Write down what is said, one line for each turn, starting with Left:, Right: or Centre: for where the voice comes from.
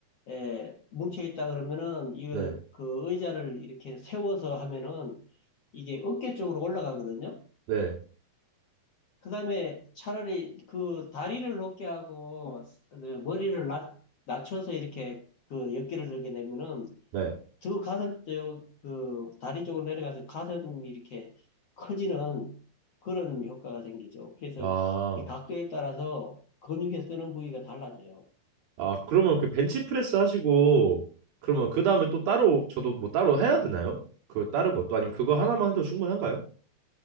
Left: 예, 뭉쳐 있다 그러면은 이거
Right: 네,
Left: 그 의자를 이렇게 세워서 하면은 이게 어깨 쪽으로 올라가거든요.
Right: 네,
Left: 그다음에 차라리 그 다리를 높게 하고 그 머리를 낮, 낮춰서 이렇게 그 어깨를 들게 되면은
Right: 네.
Left: 저 가슴, 저, 그, 다리 쪽으로 내려가서 가슴이 이렇게 커지는 그런 효과가 생기죠. 그래서
Right: 아,
Left: 이 각도에 따라서 근육에 쓰는 부위가 달라져요.
Right: 아, 그러면 그 벤치프레스 하시고, 그러면 그 다음에 또 따로, 저도 뭐 따로 해야 되나요? 그 다른 것도, 아니면 그거 하나만 해도 충분한가요?